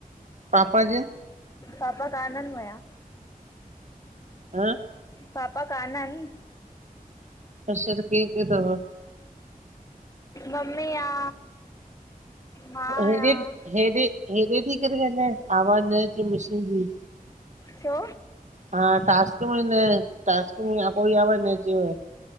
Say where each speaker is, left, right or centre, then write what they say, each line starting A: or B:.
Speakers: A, on the right; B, on the left.
A: पपा जिनि।
B: पापा काननि वया।
A: हं!
B: पापा काननि।
A: अच्छा, त केर केर तव?
B: मम्मी आ। मां आहियां।
A: हेॾे हेॾे हेॾे थी करे ॻालाए, आवाज़ न अचे मशीन जी।
B: छो।
A: हा, टास्क में न, टास्क में कोई आवाज़ न अचेव।